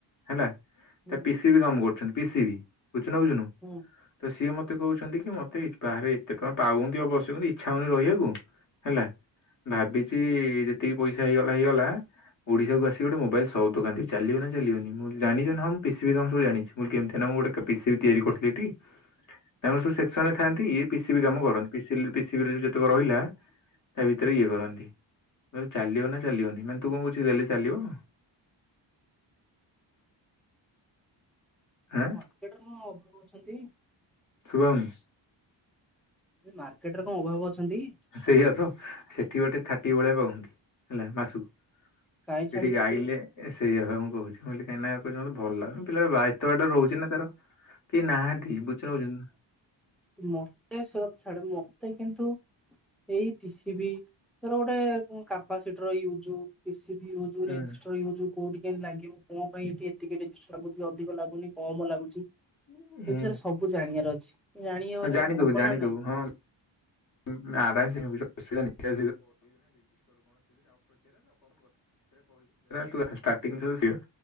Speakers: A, on the left; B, in the centre.
A: ହେଲା,
B: ହୁଁ
A: ତା ପିସିବି କାମ କରୁଛନ୍ତି ପିସିବି ବୁଚୁ ନା ବୁଝୁନୁ?
B: ହୁଁ
A: ତ ସିଏ ମତ୍ ମତେ କହୁଛନ୍ତି କି ମତେ ଇ-ବାହାରେ ଏତେ ଟଙ୍କା ପାଉଅନ୍ତି ଅବଶ୍ କିନ୍ତୁ ଇଚ୍ଛା ହଉନି ରହିବାକୁ, ହେଲା। ଭାବିଚି-ଇ ଯେତିକି ପଇସା ହେଇଗଲା ହେଇଗଲା ଓଡିଶାକୁ ଆସି ଗୋଟେ ମୋବାଇଲ ସପ ଦୋକାନ ଦେବି ଚାଲିବ ନା ଚାଲିବନି ମୁଁ ଜାନିଚନାଁ ମୁଁ ପିି ସି ବି କାମ ସବୁ ଜାଣିଛି ମୁଁ କିଲ୍ କେମତି ନା ମୁଁ ଗୋଟେ କ ପିସିବି ତିଆରି କରୁଥିଲି ଟି! ତାଙ୍କର ସବୁ ସେକ୍ସନ ରେ ଥାଆନ୍ତି। ଇଏ ପିିସିବି କାମ କରନ୍ତି ପିି ସିଲ୍ ପିସିବି ରେ ଯେତକ ରହିଲା! ତା ଭିତରେ ଇଏ କରନ୍ତି। ଚାଲିବ ନା ଚାଲିବନି ମାନେ ତୁ କଁ କହୁଚୁ ଦେଲେ ଚାଲିବ-ଅ। ହାଁ
B: ମାର୍କେଟରେ କଣ ଅବୁ ଅଛନ୍ତି-ଇ?
A: ଶୁବାଉନି
B: ଏ ମାର୍କେଟରେ କଣ ଅଭାବୁ ଅଛନ୍ତି?
A: ସେଇଆ ତ ସେଠି ଗୋଟେ ଥାଟି ଭଳିଆ ପାଉହନ୍ତି। ହେଲା ମାସୁକୁ।
B: କାହିଁ ଛାଡିକି
A: ଏଠି ଗାଇଲେ
B: ସିଏ
A: ଏ-ସେଇଆ ପା ମୁଁ କହୁଛି, ମୁଁ କହିଲି କାହିଁନା ଯମା ଭଲ ଲାଗୁନି। ପିଲାଟା ବା ଏତ ବାଟ ରହୁଛି ନା! ତାର କିଏ ନାହାନ୍ତି? ବୁଝୁଛ ନା ବୁଝୁନ୍
B: ମୋତେ ସୋ ଛାଡେ, ମୋତେ କିନ୍ତୁ ଥୁ ଏଇ ପିସିବିି ତର ଗୋଟେ-ଏ କାପାସିଟିର ୟୁଜୁ ପିସି ଟିଭି ୟୁଜୁ,
A: ହୁଁ।
B: ରେଜିଷ୍ଟ୍ରର ୟୁଜୁ କୋଉଠି କେମ୍ ଲାଗିବ କଁ ପାଇଁ ଏଠି ଏତିକି ରେଜିଷ୍ଟ୍ର ଲାଗୁଛି? କି ଅଧିକ ଲାଗୁନି, କମ ଲାଗୁଚି,
A: ହୁଁ
B: ଏ ବିଷୟରେ ସବୁ ଜାଣିଆର ଅଛି। ଜାଣିବାର
A: ହଁ, ଜାଣିଦବୁ,
B: ହବ
A: ଜାଣିଦବୁ
B: ନା ନାଇଁ
A: ହଁ। <unintelligible> କହିଦେ ସେରା ତୁ ଷ୍ଟାର୍ଟିଂ <unintelligible>